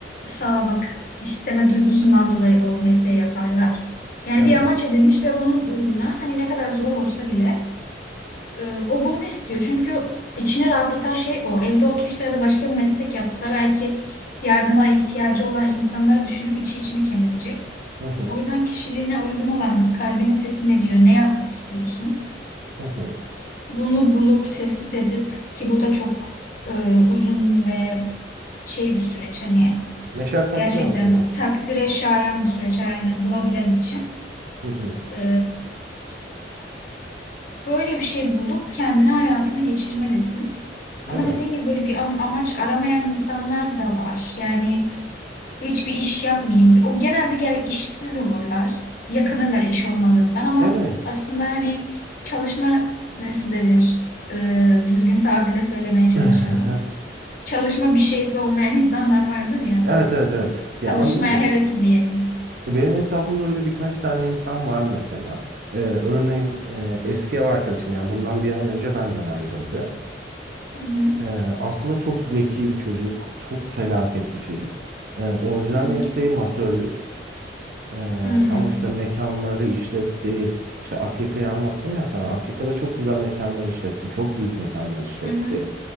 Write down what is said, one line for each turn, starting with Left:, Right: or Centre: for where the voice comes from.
Left: sağlamak isteme duygusundan dolayı o mesleği yaparlar. Yani
Right: Evet.
Left: bir amaç edinmiş ve bunun uğruna hani ne kadar zor olsa bile e, o bunu istiyor. Çünkü içini rahatlatan şey o. Evde otursa ya da başka bir meslek yapsa belki yardıma ihtiyacı olan insanları düşünüp içi içini kemirecek.
Right: Hı hı.
Left: O yüzden kişiliğine uygun olan kalbinin sesi ne diyor, ne yapmak istiyorsun?
Right: Hı hı.
Left: Bunu bulup tespit edip ki bu da çok e, uzun ve şey bir süreç hani
Right: Meşakkatli
Left: gerçekten
Right: aslında.
Left: takdire şayan bir süreç yani bulabilen için
Right: Hı hı.
Left: E, böyle bir şey bulup kendine hayatını geçirmelisin.
Right: Evet.
Left: Ama dediğin gibi böyle bir am- amaç aramayan insanlar da var. Yani hiçbir iş yapmayayım. O genelde gerek işsiz olurlar. Yakınırlar iş olmadığından ama
Right: Evet.
Left: aslında hani çalışma nasıl denir? E, düzgün tabirle söylemeye çalışıyorum
Right: <laughs>
Left: çalışma bir şeysi olmayan insanlar vardır ya.
Right: Evet evet evet. Ya
Left: Çalışmaya
Right: anlıyorum.
Left: hevesi diyelim.
Right: Benim etrafımda öyle birkaç tane insan var mesela. Ee, örneğin e, eski ev arkadaşım yani bundan bir ay önce benden ayrıldı.
Left: Hı hı.
Right: Ee, aslında çok zeki bir çocuk, çok felaket bir çocuk. Ee, orijinal
Left: Hı hı.
Right: mesleği masörlük. Ee,
Left: Hmm.
Right: ama işte mekanları işletti. İşte Akyaka'yı anlattım ya sana. Akyaka'da çok güzel mekanlar işletti. Çok büyük mekanlar işletti.
Left: Hı hı.